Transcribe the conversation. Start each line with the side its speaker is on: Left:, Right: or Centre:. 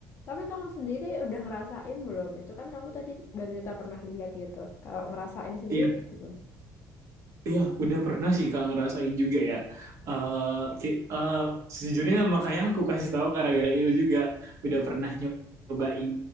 Left: Tapi kamu sendiri udah ngerasain belum? Itu kan kamu tadi cerita pernah lihat gitu. Kalau ngerasain sendiri
Right: Iya.
Left: belum?
Right: Iya, udah pernah sih Kak ngerasain juga ya. Eh, ki- eh, sejujurnya makanya aku kasih tahu gara-gara itu juga
Left: Mhm.
Right: udah pernah nyobain